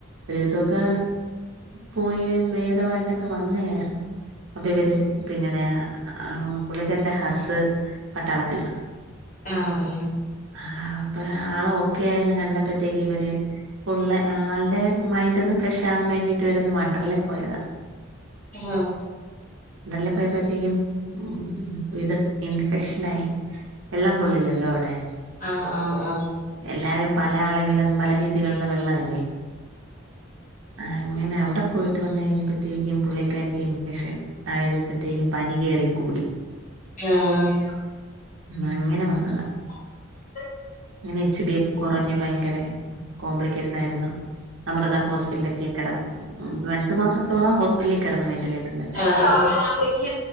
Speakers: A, on the right (about 60°); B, on the left (about 40°).
A: ഒരുവിധോക്കെ പോയി ഭേദമായിട്ടൊക്കെ വന്നായിരുന്നു അപ്പൊ ഇവര് പിന്നണെ പുള്ളിക്കാരിടെ ഹസ്സ് പട്ടാളത്തിലാ
B: ആഹ് ആഹ്
A: ആഹ് അപ്പൊ ആള് ഒക്കെ ആയിന്ന് കണ്ടപ്പോത്തേക്ക് ഇവര് ഫുള്ളെ ആൾടെ മൈന്റ് ഒന്ന് ഫ്രഷാവാൻ വേണ്ടിട്ട് ഇവരൊന്നു വണ്ടർലേ പോയതാ
B: ആഹ്
A: ഡർലേ പോയപ്പത്തേക്കും ഉം ഇത് ഇൻഫെക്ഷനായി വെള്ളം കൊള്ളില്ലല്ലോ ഔടെ
B: ആഹ് ആഹ് ആഹ് ആഹ് ആഹ്
A: എല്ലാരും പല ആള്കളും പല രീതിലുള്ള വെള്ളമല്ലേ അങ്ങനെ അവിടെ പോയിട്ട് വന്ന് കഴിഞ്ഞപ്പത്തേക്കും പുള്ളിക്കാരിക്ക് ഇൻഫെക്ഷൻ അയ്ന്പ്പത്തേക്കും പനി കേറി കൂടി
B: ആഹ് ആഹ്
A: അങ്ങനെ വന്നതാ
B: <inaudible>
A: അങ്ങനെ എച്ച് ബി ഒക്കെ കോറഞ്ഞ് ഭയങ്കെരെ കോംപ്ലിക്കേറ്റഡ് ആയിരുന്നു അമൃത ഹോസ്പിറ്റലിലോക്കെ കെടന്നു രണ്ട് മാസത്തോളം ഹോസ്പിറ്റലിൽ കെടന്ന് വെന്റിലേറ്ററില്
B: ആഹ് ആഹ്